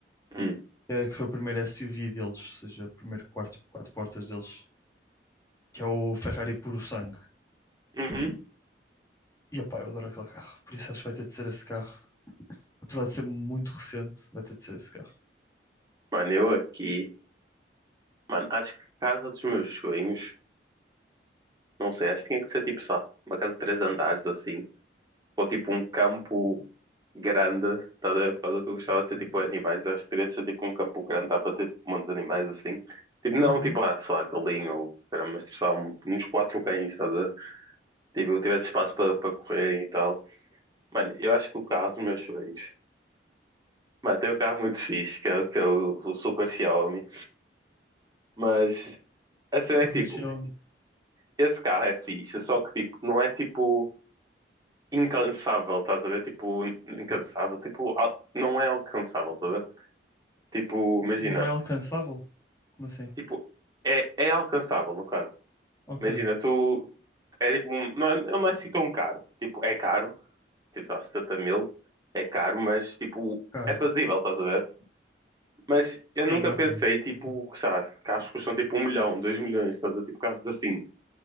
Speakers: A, on the right; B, on the left.
A: hum,
B: é, que foi o primeiro SUV deles, ou seja, o primeiro quarto, quatro portas deles, que é o Ferrari Puro Sangue.
A: uhum.
B: E, opá, eu adoro aquele carro, por isso acho que vai ter de ser esse carro. Apesar de ser muito recente, vai ter de ser esse carro.
A: Mano, eu aqui. Mano, acho que a casa dos meus sonhos. Não sei, acho que tinha que ser tipo, sei lá, uma casa de três andares assim. Ou tipo um campo grande. Tá, a ver? por causa que eu gostava de ter tipo animais. Acho que teria de ser tipo um campo grande. Dá para ter tipo, um monte de animais assim. Tipo, não
B: Uhum.
A: tipo, ah, sei lá, galinha ou. caramba, Mas tipo, sei lá, um- uns quatro cães, tá? a ver? Tipo, eu tivesse espaço para para correrem e tal. Mano, eu acho que o carro dos meus sonhos. Mano, tem um carro muito fixe, que é, que é o, o Super Xiaomi. Mas a cena
B: A
A: é
B: religião
A: que, tipo, esse carro é fixe, só que, tipo, não é, tipo, incansável, estás a ver? Tipo, incansável. Tipo, al- não é alcançável, estás a ver? Tipo, imagina.
B: não é alcançável? Como assim?
A: Tipo, é, é alcançável, no caso.
B: Ok,
A: Imagina, tu. É tipo, um- não, é- não é assim tão caro. Tipo, é caro. Tipo, dá 70 mil. É caro, mas, tipo,
B: claro.
A: é fazível, estás a ver? Mas eu
B: Sim,
A: nunca
B: ok.
A: pensei, tipo,
B: Ok.
A: sabe, carros que custam tipo um milhão, dois milhões, estás a ver? Tipo, carros assim.